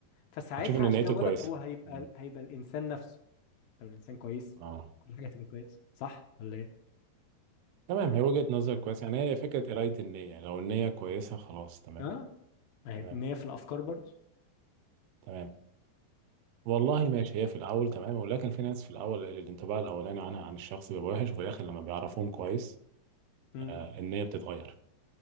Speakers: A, on the left; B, on the right.
A: فساعتها
B: هتشوف ان
A: عشان
B: نيته
A: كده بقول
B: كويسة
A: لك هو هيبقى
B: مم.
A: هيبقى الانسان نفسه لو الانسان كويس
B: اه
A: كل حاجه هتبقى كويسه صح ولا ايه
B: تمام هي وجهة نظر كويسة يعني هي فكرة قراية النية يعني لو النية كويسة خلاص تمام
A: اه يعني
B: تمام
A: نية في الافكار برضه
B: تمام والله ماشي هي في الأول تمام ولكن في ناس في الأول الانطباع الأولاني عنها عن الشخص بيبقى وحش وفي الآخر لما بيعرفوهم كويس
A: امم
B: آه النية بتتغير